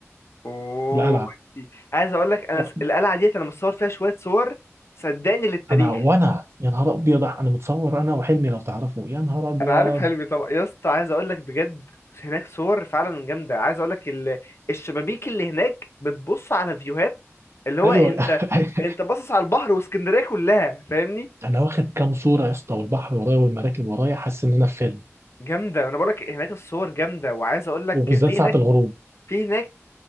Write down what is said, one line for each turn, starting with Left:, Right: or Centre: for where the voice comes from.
Left: اوه
Right: القلعه
Left: ودي. عايز اقول لك انا
Right: صاحبي،
Left: س- القلعه ديت انا مصور فيها شويه صور صدقني للتاريخ
Right: انا وانا يا نهار ابيض انا متصور انا وحلمي لو تعرفوا يا نهار ابيض
Left: انا عارف حلمي طبعا يا اسطى عايز اقول لك بجد هناك صور فعلا جامده عايز اقول لك ال... الشبابيك اللي هناك بتبص على فيوهات اللي هو
Right: ايوه
Left: انت
Right: <laughs>
Left: انت باصص على البحر واسكندريه كلها فاهمني
Right: انا واخد كام صوره يا اسطى والبحر ورايا والمراكب ورايا حاسس ان انا في فيلم
Left: جامده انا بقول لك هناك الصور جامده وعايز اقول لك
Right: وبالذات
Left: في
Right: ساعه
Left: هناك
Right: الغروب
Left: في هناك